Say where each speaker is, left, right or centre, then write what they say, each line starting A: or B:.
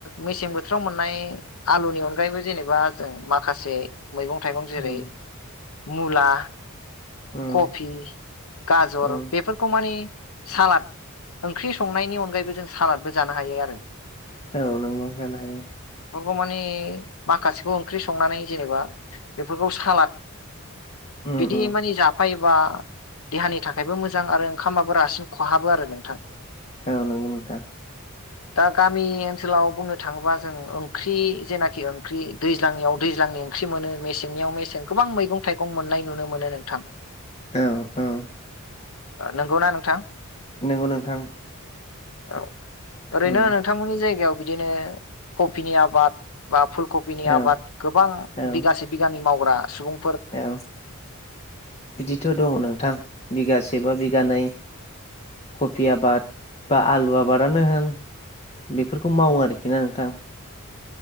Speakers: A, on the left; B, on the left.
A: मेसें बोथोराव मोननाय आलुनि अनगायैबो जेनेबा जों माखासे मैगं थाइगं जेरै
B: उम
A: मुला
B: उम
A: कफि गाजर
B: उम
A: बेफोरखौ मानि सालाद ओंख्रि संनायनि अनगायैबो जों सालादबो जानो हायो आरो।
B: औ नोंगौ जानो हायो।
A: बेफोरखौ माने माखासेखौ ओंख्रि संनानै जेनेबा बेफोरखौ सालाद
B: उम
A: बिदि
B: उम
A: माने जाफायो बा देहानि थाखायबो मोजां आरो ओंखामाबो रासिन खहाबो आरो नोंथां।
B: औ नंगौ नोंथां।
A: दा गामि ओनसोलाव बुंनो थाङोबा जों ओंख्रि जेनाखि ओंख्रि दैज्लांनियाव दैज्लांनि ओं ख्रि मोनो। मेसेंनियाव मेसें गोबां मैगं थाइगं मोननाय नुनो मोनो नोंथां।
B: औ औ।
A: नंगौना नोंथां
B: नंगौ नोंथां
A: औ ओरैनो
B: उम
A: नोंथांमोननि जायगायाव बिदिनो कफिनि आबाद बा फुलकफिनि
B: औ
A: आबाद गोबां
B: औ
A: बिगासे बिगानि मावग्रा सुबुं
B: औ बिदिथ' दङ नोंथां बिगासे बा बिगानै कबि आबाद बा आलु आबादानो होन। बेफोरखौ मावो आरोखिना नोंथां